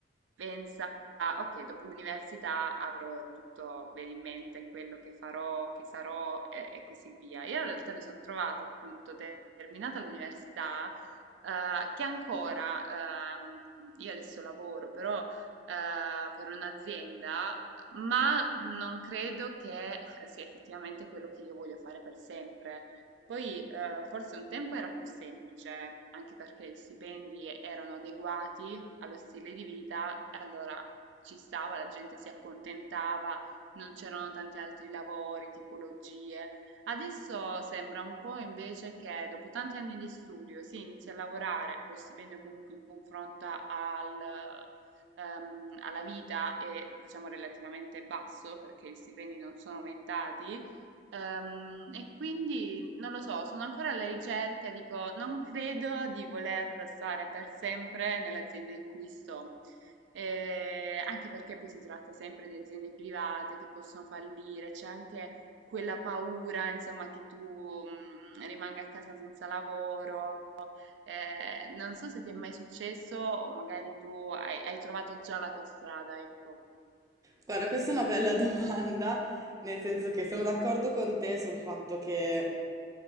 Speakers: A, on the right (about 85°); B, on the right (about 20°).
A: Pensa, "Ah, ok, dopo l'università avrò tutto bene in mente, quello che farò, che sarò e, e così via. Io in realtà mi sono trovata appunto terminata l'università eh, che ancora, ehm, io adesso lavoro però eh, per un'azienda, ma non credo che sia effettivamente quello che io voglio fare per sempre. Poi eh, forse un tempo era più semplice, anche perché gli stipendi erano adeguati allo stile di vita, e allora ci stava, la gente si accontentava, non c'erano tanti altri lavori, tipologie. Adesso sembra un po' invece che dopo tanti anni di studio si inizia a lavorare, lo stipendio comunque in confronto al, ehm, alla vita è diciamo relativamente basso perché gli stipendi non sono aumentati. ehm, e quindi non lo so, sono ancora alla ricerca, dico, non credo di voler stare per sempre nell'azienda in cui sto. Eh, anche perché poi si tratta sempre di aziende private che possono fallire, c'è anche quella paura, insomma, che tu, mhmm, rimanga a casa senza lavoro. Ehm, non so se ti è mai successo o magari tu hai hai trovato già la tua strada, ecco.
B: Guarda, questa è una bella <laughs> domanda, nel senso che sono d'accordo con te sul fatto che